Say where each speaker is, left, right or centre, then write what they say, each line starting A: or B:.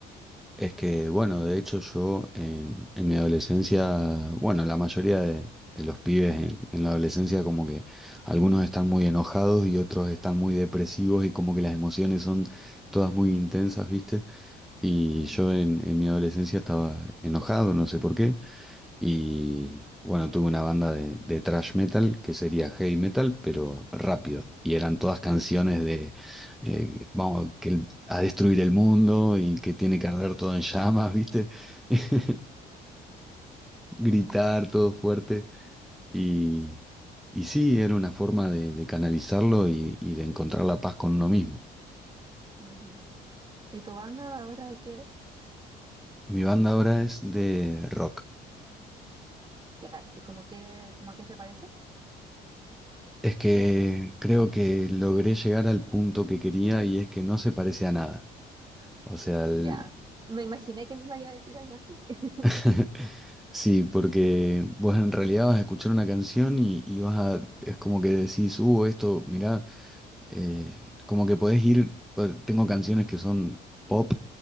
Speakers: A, in the centre; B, on the right (about 25°).
A: Es que, bueno, de hecho yo en, en mi adolescencia, bueno, la mayoría de, de los pibes en, en la adolescencia como que algunos están muy enojados y otros están muy depresivos y como que las emociones son todas muy intensas, ¿viste? Y yo
B: Ujú,
A: en, en mi adolescencia estaba enojado, no sé por qué, y bueno, tuve una banda de, de thrash metal que sería heavy metal, pero rápido. Y eran todas canciones
B: ujú.
A: de eh, vamos que el- a destruir el mundo y que tiene que arder todo en llamas, ¿viste? <laughs> Gritar todo fuerte. Y, y sí, era una forma de, de canalizarlo y, y de encontrar la paz con uno mismo.
B: Ujú. ¿Y tu banda ahora de qué?
A: Y mi banda ahora es de rock.
B: Ya, ¿y como que, como a qué se parece?
A: Es que creo que logré llegar al punto que quería y es que no se parece a nada. O sea, el-
B: Ya, me imaginé que me iba a decir algo así. <laughs>
A: <laughs> Sí, porque vos en realidad vas a escuchar una canción y, y vas a, es como que decís, uh, esto, mirá, eh, como que podés ir, pa- tengo canciones que son pop